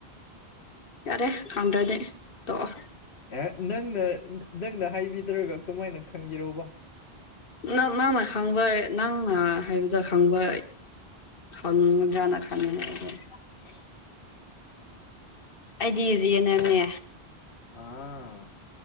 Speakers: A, on the left; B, on the left.
A: ꯌꯥꯔꯦ ꯈꯪꯗ꯭ꯔꯗꯤ ꯇꯣꯛꯑꯣ
B: ꯑꯦ ꯅꯪꯅ ꯅꯪꯅ ꯍꯥꯏꯕꯤꯗ꯭ꯔꯒ ꯀꯃꯥꯏꯅ ꯈꯪꯒꯦꯔꯣꯕ
A: ꯅꯪ ꯅꯪꯅ ꯈꯪꯕ ꯅꯪꯅ ꯍꯥꯏꯕꯗ ꯈꯪꯕ ꯈꯪꯉꯨꯗ꯭ꯔꯥꯅ ꯈꯟꯕꯅꯦ ꯑꯩꯗꯤ
B: <inaudible>
A: ꯑꯩꯗꯤ ꯖꯤ ꯑꯦꯟ ꯑꯦꯝꯃꯦ
B: ꯑꯥ